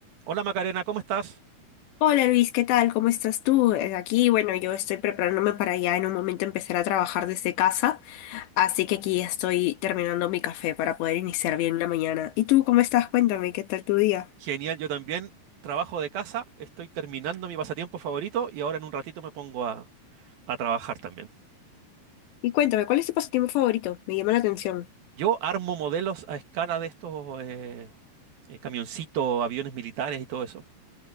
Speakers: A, on the right; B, on the left.
A: Hola Macarena, ¿cómo estás?
B: Hola Luis, ¿qué tal? ¿Cómo estás tú? Eh, Aquí, bueno, yo estoy preparándome para ya en un momento empezar a trabajar desde casa, así que aquí estoy terminando mi café para poder iniciar bien la mañana. ¿Y tú cómo estás? Cuéntame, ¿qué tal tu día?
A: Genial, yo también trabajo de casa, estoy terminando mi pasatiempo favorito y ahora en un ratito me pongo a, a trabajar también.
B: Y cuéntame, ¿cuál es tu pasatiempo favorito? Me llama la atención.
A: Yo armo modelos a escala de estos eh, eh, camioncitos, aviones militares y todo eso.